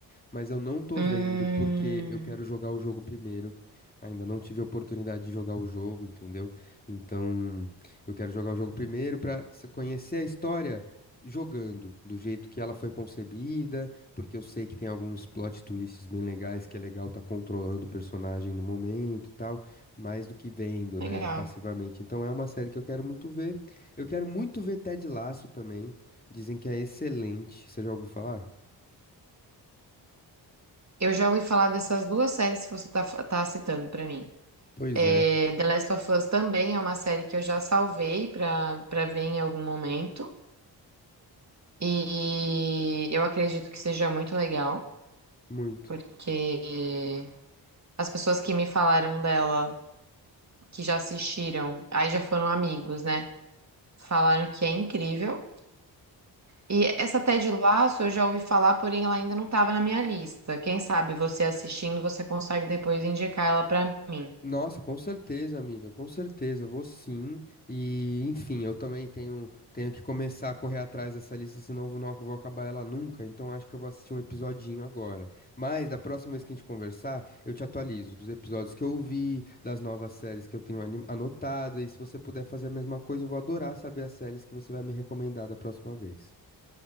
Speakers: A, on the left; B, on the right.
A: mas eu não tô
B: Hum,
A: vendo porque eu quero jogar o jogo primeiro. Ainda não tive a oportunidade de jogar o jogo, entendeu? Então, eu quero jogar o jogo primeiro para conhecer a história jogando, do jeito que ela foi concebida, porque eu sei que tem alguns plot twists bem legais, que é legal estar controlando o personagem no momento e tal, mais do que vendo,
B: legal.
A: né, passivamente. Então, é uma série que eu quero muito ver. Eu quero muito ver Ted Lasso também. Dizem que é excelente. Você já ouviu falar?
B: Eu já ouvi falar dessas duas séries que você tá, fa- tá citando pra mim.
A: Pois
B: É,
A: é,
B: The Last of Us também é uma série que eu já salvei pra, pra ver em algum momento. E eu acredito que seja muito legal,
A: muito.
B: porque as pessoas que me falaram dela, que já assistiram, aí já foram amigos, né? Falaram que é incrível. E essa Ted Lasso eu já ouvi falar, porém ela ainda não estava na minha lista. Quem sabe você assistindo, você consegue depois indicar ela pra mim.
A: Nossa, com certeza, amiga, com certeza, vou sim. E, enfim, eu também tenho, tenho que começar a correr atrás dessa lista, senão eu vou- não vou acabar ela nunca. Então acho que eu vou assistir um episodinho agora. Mas da próxima vez que a gente conversar, eu te atualizo dos episódios que eu vi, das novas séries que eu tenho anim- anotado. E se você puder fazer a mesma coisa, eu vou adorar saber as séries que você vai me recomendar da próxima vez.